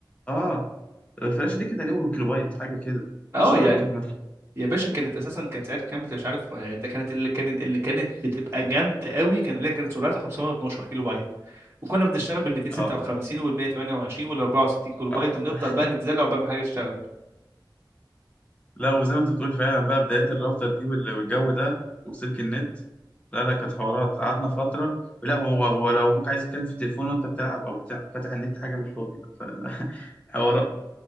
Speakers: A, on the left; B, on the right.
A: اه الفلاشه دي كانت تقريبا كيلوبايت حاجه كده
B: اه
A: السرعه
B: يعني
A: كانت مف...
B: يا باشا كانت اساسا كان ساعتها كانت مش عارف آه، ده كانت اللي كانت اللي كانت بتبقى جامده قوي كان اللي هي كانت سرعتها 512 كيلو بايت وكنا بنشتغل بال 256
A: اه
B: وال 128 وال 64 كيلو بايت
A: آه، آه.
B: ونفضل
A: <laughs>
B: بقى نتزلق عقبال ما حاجه تشتغل
A: لا وزي ما انت بتقول فعلا بقى بدايه الراوتر دي وال- والجو ده وسلك النت لا لا كانت حوارات قعدنا فتره لا هو ولو ابوك عايز يتكلم في التليفون وانت بتلعب او بتاع فاتح النت حاجه مش فاضي بقى. فلا <laughs> حوارات